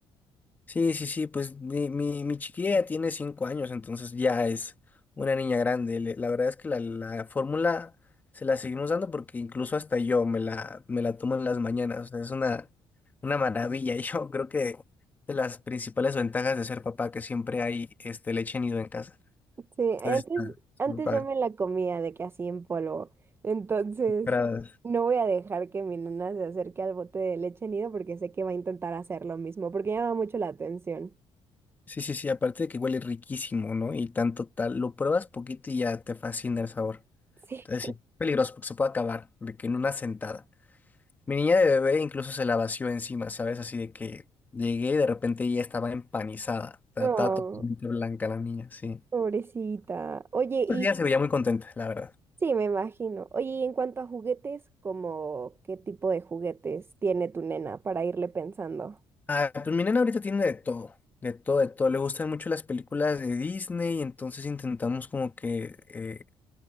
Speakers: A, on the left (about 15°); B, on the right (about 25°).
A: Sí, sí, sí, pues mi, mi, mi chiquilla ya tiene cinco años, entonces ya es una niña grande. Le- La verdad es que la, la fórmula se la seguimos dando porque incluso hasta yo me la, me la tomo en las mañanas. o sea, es una, una maravilla. <laughs> Yo creo que de las principales ventajas de ser papá que siempre hay este, leche nido en casa.
B: Sí, antes,
A: Entonces, está
B: antes
A: muy padre.
B: yo me la comía de que así en polvo. Entonces,
A: Para-
B: no voy a dejar que mi nena se acerque al bote de leche nido porque sé que va a intentar hacer lo mismo, porque llama mucho la atención.
A: Sí, sí, sí, aparte de que huele riquísimo, ¿no? Y tanto tal, lo pruebas poquito y ya te fascina el sabor.
B: <laughs>
A: Entonces,
B: Sí.
A: sí, peligroso porque se puede acabar de que en una sentada. Mi niña de bebé incluso se la vació encima, ¿sabes? Así de que llegué y de repente ella estaba empanizada. Está
B: Oh,
A: totalmente blanca la niña, sí.
B: pobrecita. Oye,
A: Pues
B: y
A: ella se veía muy contenta, la verdad.
B: sí, me imagino. Oye, y en cuanto a juguetes, como qué tipo de juguetes tiene tu nena para irle pensando?
A: Ah, pues mi nena ahorita tiene de todo, de todo, de todo. Le gustan mucho las películas de Disney, entonces intentamos como que, eh,